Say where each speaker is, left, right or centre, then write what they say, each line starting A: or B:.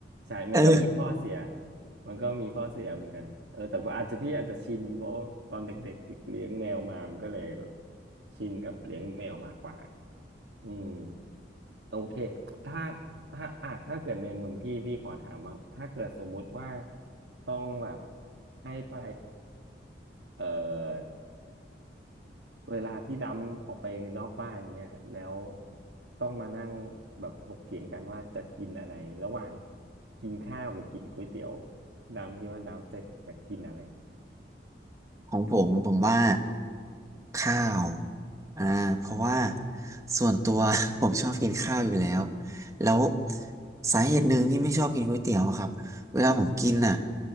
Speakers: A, on the right (about 90°); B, on the right (about 15°).
A: ใช่มันก็มีข้อเสีย
B: <laughs> เออ
A: มันก็มีข้อเสียเหมือนกันเออแต่อาจจะพี่อาจจะชินเพราะตอนเด็กๆเลี้ยงแมวมามันก็เลยแบบชินกับเลี้ยงแมวมากกว่าอืมโอเคถ้าถ้าอ่ะถ้าเกิดในมุมพี่พี่ขอถามบ้างถ้าเกิดสมมุติว่าต้องแบบให้ไปเอ่อ เวลาที่ดำออกไปนอกบ้านเงี้ยแล้วต้องมานั่งแบบถกเถียงกันว่าจะกินอะไรระหว่างกินข้าวหรือกินก๋วยเตี๋ยวดำคิดว่าดำจะจะกินอะไร
B: ของผมผมว่าข้าวอ่าเพราะว่าส่วนตัว <laughs> ผมชอบกินข้าวอยู่แล้วแล้วสาเหตุหนึ่งที่ไม่ชอบกินก๋วยเตี๋ยวอะครับเวลาผมกินอ่ะ